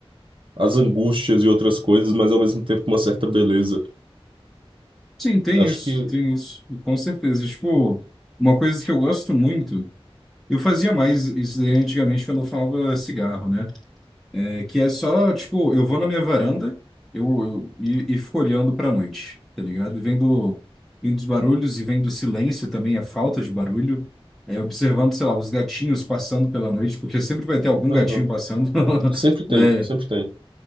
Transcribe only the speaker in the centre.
Sim, tem
isso,
tem isso, com certeza. Tipo, uma coisa que eu gosto muito, eu fazia mais isso daí antigamente quando eu falava cigarro, né? É que é só, tipo, eu vou na minha varanda eu, eu- e, e fico olhando pra noite, tá ligado? Vendo, vendo os barulhos e vendo o silêncio também, a falta de barulho. É, observando, sei lá, os gatinhos passando pela noite, porque sempre vai ter algum
gatinho passando, <laughs>
né?